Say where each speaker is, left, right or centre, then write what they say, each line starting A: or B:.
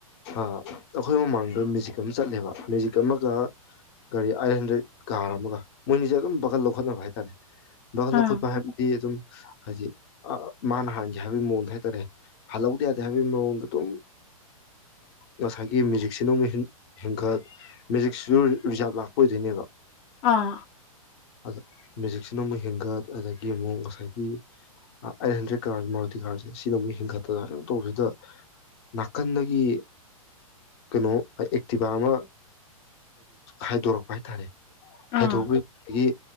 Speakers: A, on the left (about 45°); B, on the left (about 30°).
A: ꯑꯩꯈꯣꯏ ꯃꯃꯥꯡꯗ ꯃꯦꯖꯤꯛ ꯑꯃ ꯆꯠꯂꯦꯕ ꯃꯦꯖꯤꯛ ꯑꯃꯒ ꯒꯥꯔꯤ ꯑꯥꯏꯠ ꯍꯟꯗ꯭ꯔꯦꯠ ꯀꯥꯔ ꯑꯃꯒ ꯃꯣꯏꯅꯤꯁꯦ ꯑꯗꯨꯝ ꯕꯒꯜ ꯂꯧꯈꯠꯅꯕ ꯍꯥꯏ ꯂꯜ
B: ꯑꯥ
A: ꯂꯈꯠ ꯄꯍꯔꯗꯤ ꯑꯗꯨꯝ ꯍꯥꯏꯗꯤ ꯃꯥꯅ ꯍꯥꯟꯒꯦ ꯍꯥꯏꯕꯒꯤ ꯃꯑꯣꯡꯗ ꯍꯥꯏꯇꯥꯔꯦ ꯍꯜꯍꯧꯗ ꯌꯥꯗꯦ ꯍꯥꯏꯕꯒꯤ ꯃꯑꯣꯡꯗ ꯑꯗꯨꯝ ꯉꯁꯥꯏꯒꯤ ꯃꯦꯖꯤꯛꯁꯤꯅꯃꯨꯛ ꯍꯦꯟꯒꯠ ꯃꯦꯖꯤꯛꯁꯤꯁꯨ ꯔꯤꯖꯥꯕ ꯂꯥꯛꯄ ꯑꯣꯏꯗꯣꯏꯅꯦꯕ
B: ꯑꯥ
A: ꯑꯗꯣ ꯃꯦꯖꯤꯛꯁꯤꯅ ꯑꯃꯨꯛ ꯍꯦꯟꯒꯠ ꯑꯗꯒꯤ ꯑꯃꯨꯛ ꯉꯁꯥꯏꯒꯤ ꯑꯩꯠ ꯍꯟꯗ꯭ꯔꯦꯠ ꯀꯥꯔꯁ ꯃꯥꯔꯜꯇꯤ ꯀꯥꯔꯁꯦ ꯁꯤꯅ ꯑꯃꯨꯛ ꯍꯦꯟꯒꯠꯇꯗꯅ ꯇꯧꯕꯁꯤꯗ ꯅꯥꯀꯟꯗꯒꯤ ꯀꯩꯅꯣ ꯑꯦꯛꯇꯤꯚ ꯑꯃ ꯍꯥꯏꯗꯣꯔꯛꯄ ꯍꯥꯏꯇꯥꯔꯦ
B: ꯑꯥ
A: ꯍꯥꯏꯗꯣꯛꯄꯗꯒꯤ